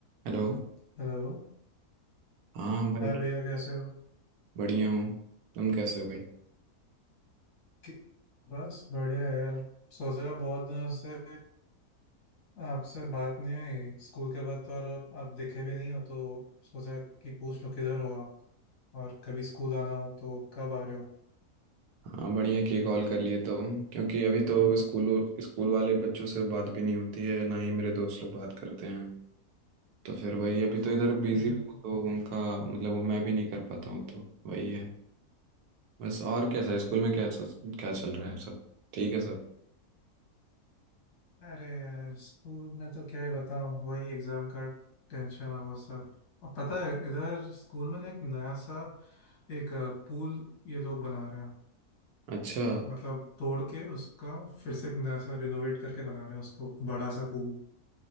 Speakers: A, on the right; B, on the left.
A: हेलो
B: Hello
A: हाँ भाई
B: Hi भैया कैसे हो
A: बढ़िया हूँ तुम कैसे हो भाई
B: कि- बस बढ़िया यार सोच रहा बहुत दिनों से आपसे बात नहीं हुई स्कूल के बाद तो और आप आप दिखे भी नहीं हो तो सोचा कि पूछ लो किधर हो आप और कभी स्कूल आना हो तो कब आ रहे हो
A: हाँ बढ़िया कि कॉल कर लिए तो क्योंकि अभी तो स्कूलों स्कूल वाले बच्चों से बात भी नहीं होती है ना ही मेरे दोस्त लोग बात करते हैं तो फिर वही अभी तो इधर बिजी
B: हम्म।
A: भी हूँ तो उनका मतलब मैं भी नहीं कर पाता हूँ तो वही है बस और कैसा है स्कूल में क्या चल, क्या चल रहा है सब ठीक है सब
B: अरे यार स्कूल में तो क्या ही बताऊं वही एग्जाम का टेंशन है वो सब और पता है इधर स्कूल में ना एक नया सा एक पूल ये लोग बना रहे हैं
A: अच्छा
B: मतलब तोड़ के उसका फिर से एक नया सा रिनोवेट करके बना रहे हैं उसको बड़ा सा पूल